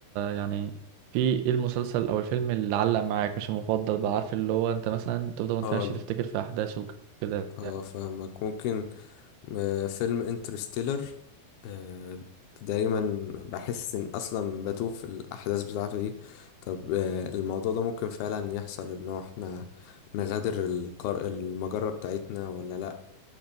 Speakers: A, on the right; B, on the left.
A: يعني في ايه المسلسل او الفيلم اللي علق معاك مش المفضل بقى عارف اللي هو انت مثلا تفضل وانت
B: اه
A: ماشي
B: ال-
A: تفتكر في احداثه وكده
B: اه فاهمك ممكن آه، فيلم انترستيلر آه، دايما بحس ان اصلا بتوه في الاحداث بتاعته دي طب آه، الموضوع ده ممكن فعلا يحصل ان هو احنا نغادر القار... المجرة بتاعتنا ولا لا